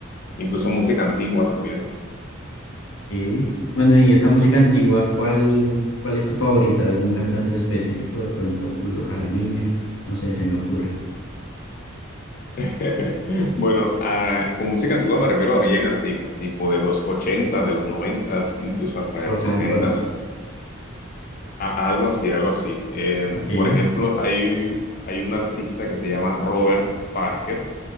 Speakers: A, on the left; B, on the left.
A: incluso música antigua también.
B: Sí. Bueno, y esa música antigua, ¿cuál, cuál es tu favorita? ¿Algún cantante específico? De pronto Julio Jaramillo, no sé, se me ocurre.
A: <laughs> Bueno, a- con música antigua me refiero a bien antigua, tipo de los 80 de los 90 incluso hasta de
B: Rock
A: los 70,
B: and roll.
A: a, a algo así, algo así. Eh,
B: Ok.
A: por ejemplo, hay, hay un artista que se llama Robert Parker